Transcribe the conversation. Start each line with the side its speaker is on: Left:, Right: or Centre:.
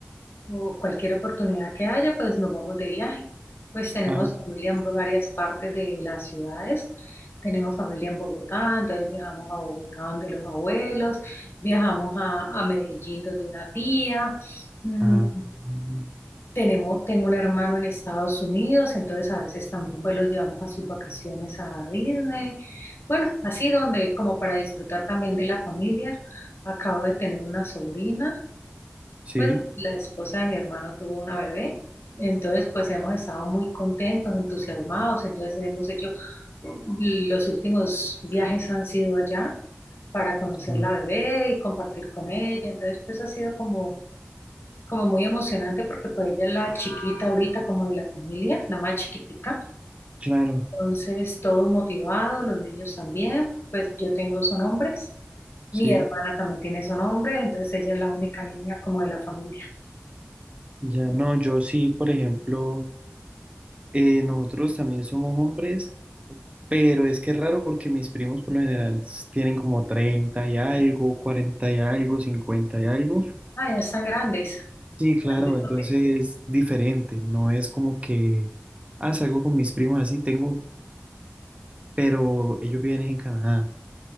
Left: o cualquier oportunidad que haya, pues nos vamos de viaje. Pues tenemos
Right: Ah,
Left: familia en varias partes de las ciudades. Tenemos familia en Bogotá, entonces viajamos a Bogotá donde los abuelos, viajamos a, a Medellín donde una tía, Mm,
Right: ah, mm.
Left: tenemos, tengo un hermano en Estados Unidos, entonces a veces también pues los llevamos a sus vacaciones a Disney. Bueno, así donde como para disfrutar también de la familia. Acabo de tener una sobrina,
Right: Sí,
Left: pues la esposa de mi hermano tuvo una bebé, entonces pues hemos estado muy contentos, entusiasmados, entonces hemos hecho, los últimos viajes han sido allá para conocer
Right: sí,
Left: la bebé y compartir con ella, entonces pues ha sido como como muy emocionante porque pues ella es la chiquita ahorita como de la familia, la más chiquitica.
Right: claro,
Left: Entonces todos motivados, los niños también, pues yo tengo son hombres, mi
Right: sí.
Left: hermana también tiene son hombres, entonces ella es la única niña como de la familia.
Right: Ya no, yo sí, por ejemplo, eh, nosotros también somos hombres, pero es que es raro porque mis primos por lo general s- tienen como 30 y algo, 40 y algo, 50 y algo.
Left: Ah, ya están grandes,
Right: Sí, claro,
Left: grandesotes.
Right: entonces es diferente, no es como que, ah, salgo con mis primos así, tengo, pero ellos viven es en Canadá.